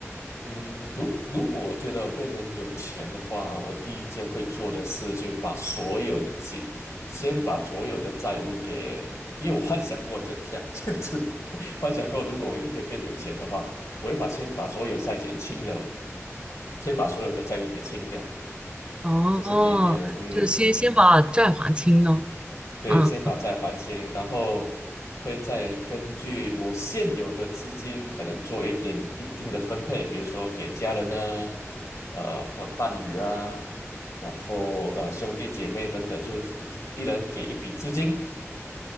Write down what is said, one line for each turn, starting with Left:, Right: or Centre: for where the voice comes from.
Left: 嗯，如如果我觉得我变成有钱的话，我第一件会做的事就把所有的先先把所有的债务给，因为我幻想过这这样 <laughs> 这样子幻想过如果我一天变有钱的话，我会把先把所有债给清了，先把所有的债务给清掉，
Right: 哦，
Left: 这是第一点，嗯。
Right: 就是先先把债还清咯。
Left: 对，
Right: 啊，
Left: 先把债还清，然后会再根据我现有的资金，可能做一点一定的分配，比如说给家人呢，呃，或伴侣啊，然后呃兄弟姐妹等等，就是一一人给一笔资金。